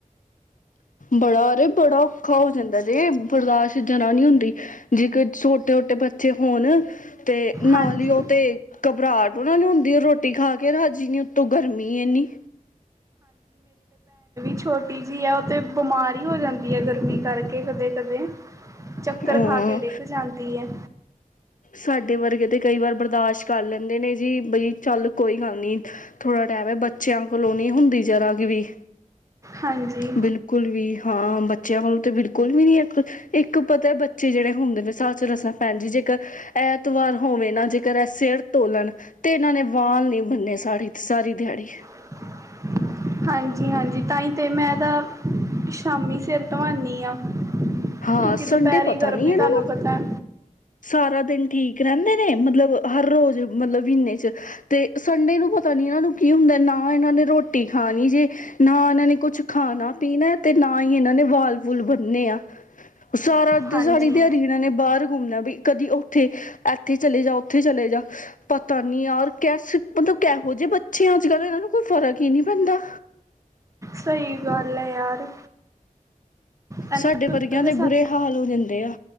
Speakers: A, on the left; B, on the right.
A: ਬੜਾ ਅਰੇ ਬੜਾ ਔਖਾ ਹੋ ਜਾਂਦਾ ਜੇ ਬਰਦਾਸ਼ਤ ਜਰਾ ਨਹੀਂ ਹੁੰਦੀ ਜੇ ਛੋਟੇ ਛੋਟੇ ਬੱਚੇ ਹੋਣ ਤੇ ਨਾਲ
B: ਹਾਂਜੀ
A: ਹੀ ਉਹ ਤੇ ਘਬਰਾਹਟ ਉਹ ਨਾ ਨੀ ਹੁੰਦੀ ਰੋਟੀ ਖਾ ਕੇ ਰਾਜੀ ਨ ਉੱਤੋਂ ਗਰਮੀ ਇੰਨੀ
B: ਛੋਟੀ ਟੀ ਵੀ ਆ ਉਹ ਤਾਂ ਬਿਮਾਰ ਹੀ ਹੋ ਜਾਂਦੀ ਹੈ ਗਰਮੀ ਕਰਕੇ ਕਦੇ ਕਦੇ, ਚੱਕਰ
A: ਹਾਂ
B: ਖਾ ਕੇ ਡਿੱਗ ਜਾਂਦੀ ਹੈ
A: ਸਾਡੇ ਵਰਗੇ ਤੇ ਕਈ ਵਾਰ ਬਰਦਾਸ਼ਤ ਕਰ ਲੈਂਦੇ ਨੇ ਜੀ ਬਈ ਚੱਲ ਕੋਈ ਗੱਲ ਨੀ ਥੋੜਾ ਟਾਈਮ ਬੱਚਿਆਂ ਕੋਲੋਂ ਨੀ ਹੁੰਦੀ ਜਰਾ ਕਿ ਵੀ
B: ਹਾਂਜੀ
A: ਬਿਲਕੁਲ ਵੀ ਹਾਂ ਬੱਚਿਆਂ ਵੱਲੋਂ ਤਾਂ ਬਿਲਕੁਲ ਵੀ ਨੀ ਹੈ ਇੱਕ ਪਤਾ ਬੱਚੇ ਜਿਹੜੇ ਹੁੰਦੇ ਨੇ ਸੱਚ ਦਸਾਂ ਭੈਣ ਜੀ ਜੇਕਰ ਐਤਵਾਰ ਹੋਵੇ, ਨਾ ਜੇਕਰ ਇਹ ਸਿਰ ਤੋਲਣ ਤੇ ਇਹਨਾਂ ਨੇ ਵਾਲ ਨਹੀਂ ਬੰਨੇ ਸਾੜੀ ਤੇ ਸਾਰੀ ਦਿਹਾੜੀ
B: <inaudible> ਹਾਂਜੀ-ਹਾਂਜੀ, ਤਾਂ ਹੀ ਤਾਂ ਮੈਂ ਤਾਂ ਸ਼ਾਮੀ ਸਿਰ ਤੋਂ ਆਦੀ ਹਾਂ
A: ਹਾਂ
B: ਕਿਉਂਕਿ ਦੁਪਹਿਰੀ
A: ਸੰਡੇ ਪਤਾ
B: ਗਰਮੀ
A: ਨੀ ਇਹਨਾਂ
B: ਤੁਹਾਨੂੰ
A: ਨੂੰ
B: ਪਤਾ
A: ਸਾਰਾ ਦਿਨ ਠੀਕ ਰਹਿੰਦੇ ਨੇ, ਮਤਲਬ ਹਰ ਰੋਜ਼ ਮਤਲਬ ਮਹੀਨੇ ਚ ਤੇ ਸੰਡੇ ਨੂੰ ਪਤਾ ਨਹੀਂ ਇਹਨਾਂ ਨੂੰ ਕੀ ਹੁੰਦਾ ਨਾ, ਇਹਨਾਂ ਨੇ ਰੋਟੀ ਖਾਣੀ ਜੇ ਨਾ ਇਹਨਾਂ ਨੇ ਕੁੱਛ ਖਾਣਾ ਪੀਣਾ ਤੇ ਨਾ ਇਹਨਾਂ ਨੇ ਵਾਲ ਵੁਲ ਬੰਨੇ ਆ, ਉਹ ਸਾਰੀ
B: ਹਾਂਜੀ
A: ਦਿਹਾੜ ਇਹਨਾਂ ਨੇ ਬਾਹਰ ਘੁੰਮਣਾ ਵੀ ਕਦੀ ਉੱਥੇ ਇੱਥੇ ਚਲੇ ਜਾ ਉੱਥੇ ਚਲੇ, ਜਾ ਪਤਾ ਨੀ ਯਾਰ ਕ ਮਤਲਬ ਕੇਸੇ ਜਿਹੇ ਜੇ ਬੱਚੇ ਅੱਜ-ਕੱਲ੍ਹ ਇਹਨਾਂ ਨੂੰ ਕੋਈ ਫਰਕ ਹੀ ਨੀ ਪੈਂਦਾ
B: ਸਹੀ ਗੱਲ ਹੈ ਯਾਰ ਇਹਨਾਂ
A: ਸਾਡੇ ਵਰਗਿਆਂ ਦੇ
B: ਸਾਨੂੰ
A: ਬੁਰੇ ਹਾਲ ਹੋ ਜਾਂਦੇ ਆ